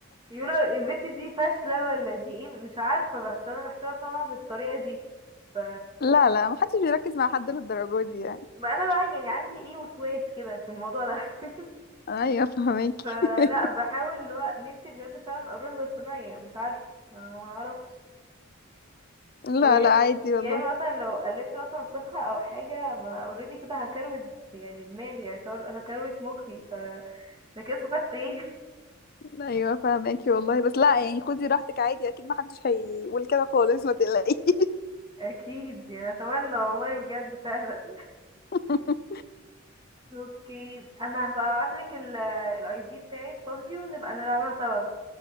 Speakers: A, on the right (about 20°); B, on the left (about 45°).
A: يقولوا البت دي فاشلة ولا دي ايه مش عارفة بس انا بحسبها فاهمة بالطريقة دي ف
B: لا لا ما حدش بيركز مع حد للدرجه دي يعني
A: ما انا بقى يعني عندي ايه وسواس كده في الموضوع ده <laughs>
B: ايوه فهماكي
A: فلا
B: <laughs>
A: بحاول اللي هو نفسي بجد فعلا اروح بس انا يعني مش عارفة ما ما اعرفش
B: لا
A: أو يا
B: لا عادي
A: يا
B: والله
A: اما مثلا لو قلبت مثلا صفحة او حاجة ما اوريدي كده هكروت يعني دماغي هكر- هكروت مخي ف ده كده استفدت ايه <laughs>
B: ايوه فهماكي والله بس لا يعني خدي راحتك عادي اكيد ما حدش هيقول كده خالص ما تقلقيش
A: اكيد يعني اتمنى والله بجد فعلا
B: <laughs>
A: اوكي انا هبقى ابعتلك ال الاي دي بتاعي بابجي ونبقى نلعبها سوا